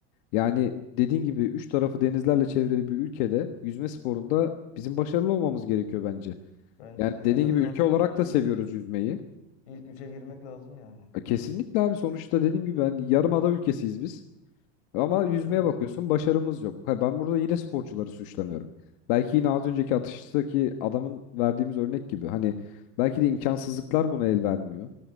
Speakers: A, on the left; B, on the left.
A: Yani dediğin gibi üç tarafı denizlerle çevrili bir ülkede yüzme sporunda bizim başarılı olmamız gerekiyor bence.
B: Bence
A: Yani
B: de
A: dediğin
B: en azından
A: gibi ülke
B: bir
A: olarak
B: ilk
A: da seviyoruz yüzmeyi.
B: ilk üçe girmek lazım yani.
A: E, Kesinlikle abi sonuçta dediğim gibi ben yarımada ülkesiyiz biz. Ama yüzmeye
B: Evet.
A: bakıyorsun başarımız yok. Ha, ben burada yine sporcuları suçlamıyorum. Belki yine az önceki atıştaki adamın verdiğimiz örnek gibi. Hani belki de imkansızlıklar buna el vermiyor.